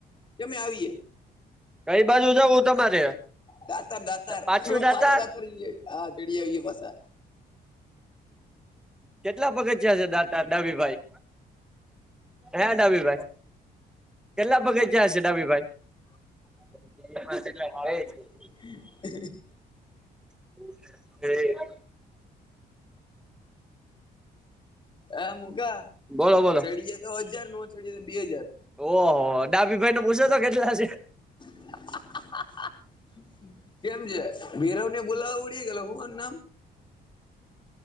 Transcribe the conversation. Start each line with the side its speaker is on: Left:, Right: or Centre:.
Left: કે અમે આવીએ
Centre: કઈ બાજુ જવું તમારે?
Left: દાતર દાતાર
Centre: પાછું
Left: <unintelligible>
Centre: દાતાર
Left: પાછા દાતર હા ચડી આવ્યે પાછા
Centre: કેટલા પગથયા છે દાતાર ડાભીભાઈ હા ડાભીભાઈ કેટલા પગથીયાશે ડાભી ભાઈ <unintelligible>
Left: <inaudible>
Centre: <inaudible>
Left: આ મુગા
Centre: બોલો બોલો
Left: ચડીએ તો હજાર નો ચડીએે તો બે હજાર.
Centre: ઓહો ડાભીભાઈ ને પૂછો તો કેટલા છે
Left: <inaudible> કેમ છે? ભીરવ ને બોલાવું <unintelligible> હું એન નામ?